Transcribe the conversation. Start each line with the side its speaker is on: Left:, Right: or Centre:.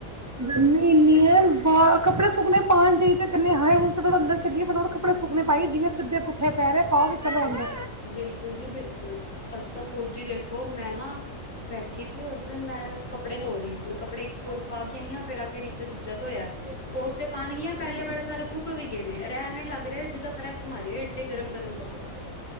Right: ਗਰਮੀ ਇੰਨੀ ਐ ਬਾ ਕੱਪੜੇ ਸੁੱਕਨ ਪਾਉਣ ਜ ਹਏ ਹਣੁ ਅੰਦਰ ਚੱਲੀਏ ਫਟਾ ਫਟ ਕਪੱੜੇ ਸੁੱਕੇ ਨੇ ਪਾਈਏ ਜਿਵੇਂ ਸਿੱਧੇ ਪੁੱਠੇ ਪਾਉ ਚਲੋ ਅੰਦਰ।
Left: ਬਿਲਕੁਲ ਜੀ ਬਿਲਕੁਲ, ਅਸੀ ਤਾਂ ਖੁਦ ਹੀ ਦੇਖੋ ਮੈਂ ਨਾ ਬੈਠ ਠੀ ਸੀ ਉਸ ਦਿਨ ਮੈਂ ਕੱਪੜੇ ਧੋ ਰਹੀ ਸੀ। ਕੱਪੜੇ ਇੱਕ ਪੂਰ ਪਾ ਕੇ ਆਈ ਹਾਂ ਫਿਰ ਆ ਕੇ ਦੂਜਾ ਧੋਇਆ, ਉਹ ਉਤੇ ਪਾਣਗੀਆਂ ਪਹਿਲੇ ਵਾਲੇ ਸਾਰੇ ਸੁੱਕ ਵੀ ਗਏ ਰਹਿ ਐਵੇਂ ਲੱਗ ਰਿਹਾ ਜਿੱਦਾਂ ਪ੍ਰੈਸ ਮਾਰੀ ਐੱਡੇ ਗਰਮ-ਗਰਮ ਕੱਪੜੇ।